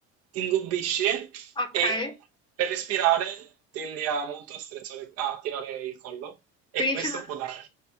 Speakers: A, on the right; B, on the left.
A: ti ingobbisci
B: Ok.
A: e per respirare tendi a molto a, strecciare- a tirare il collo e
B: Quindi
A: questo
B: ci sono.
A: può dare